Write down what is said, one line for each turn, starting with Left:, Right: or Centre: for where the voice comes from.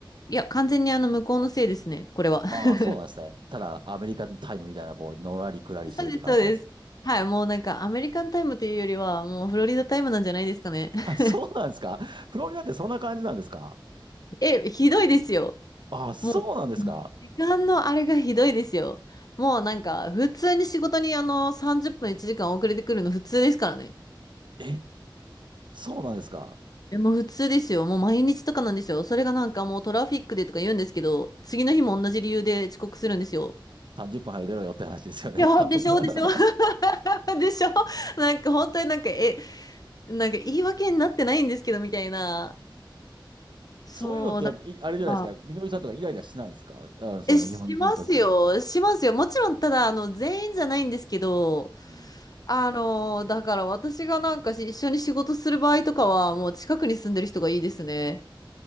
Left: いや、完全にあの向こうのせいですね、これは。
Right: ああ、
Left: <laughs>
Right: そうなんですね。ただ、アメリカンタイムみたいな、こう、のらりくらりしてるって感じなんです
Left: そうです、そうです。はい、もうなんかアメリカンタイムというよりは、もうフロリダタイムなんじゃないですかね。
Right: あ、
Left: <laughs>
Right: そうなんですかフロリダってそんな感じなんですか
Left: え、ひどいですよ。
Right: あ、そうなんですか
Left: もう、うん時間のあれがひどいですよ。もうなんか、普通に仕事にあの30分1時間遅れてくるの普通ですからね。
Right: え、そうなんですか
Left: え、もう普通ですよ。もう毎日とかなんですよ。それがなんかもうトラフィックでとか言うんですけど、次の日も同じ理由で遅刻するんですよ。
Right: ?30 分早く出ろよって話ですよね。
Left: いや、
Right: 多分
Left: でしょ、
Right: <laughs>
Left: でしょ。<laughs> でしょなんか本当になんか、え、なんか言い訳になってないんですけど、みたいな。そう、
Right: そういうのっていあれじゃないですか。
Left: だから
Right: みのりさんとかイライラしないんですかあの、そう、
Left: え、しますよ。
Right: 日本人として。
Left: しますよ。もちろん、ただ、あの、全員じゃないんですけど、
Right: うん
Left: あの、だから私がなんかし一緒に仕事する場合とかは、もう近くに住んでる人がいいですね。